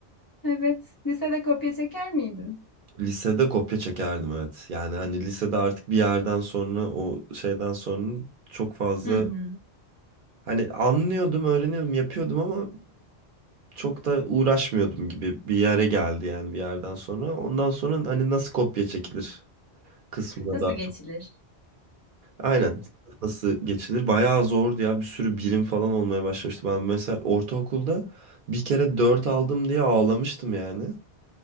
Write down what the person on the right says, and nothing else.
Lisede kopya çekerdim evet. Yani hani lisede artık bir yerden sonra o şeyden sonra çok fazla
hani anlıyordum, öğreniyordum, yapıyordum ama çok da uğraşmıyordum gibi bir yere geldi yani bir yerden sonra. Ondan sonra hani nasıl kopya çekilir kısmına
daha
çok. Aynen. Nasıl geçilir? Bayağı zordu ya. Bir sürü birim falan olmaya başlamıştı. Ben mesela ortaokulda bir kere 4 aldım diye ağlamıştım yani.